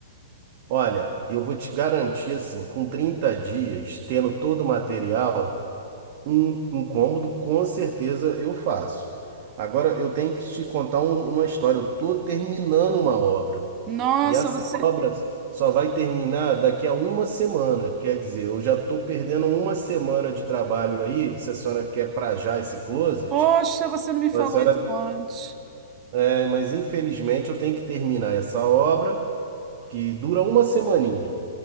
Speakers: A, on the right; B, on the right.
A: Olha, eu vou te garantir assim, com 30 dias, tendo todo o material, um, um cômodo com certeza eu faço. Agora eu tenho que te contar um- uma história. Eu tô terminando uma obra.
B: Nossa,
A: E as
B: você.
A: obras só vai terminar daqui a uma semana. Quer dizer, eu já estou perdendo uma semana de trabalho aí. Se a senhora quer pra já esse closet,
B: Poxa, você não me falou
A: a senhora.
B: isso antes.
A: É, mas infelizmente eu tenho que terminar essa obra, que dura uma semaninha.